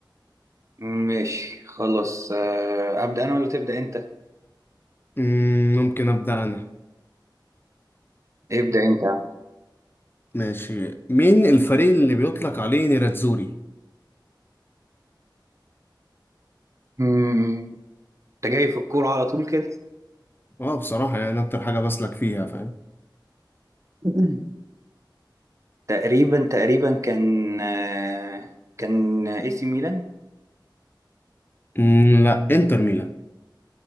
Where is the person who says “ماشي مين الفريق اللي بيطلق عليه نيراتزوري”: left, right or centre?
Left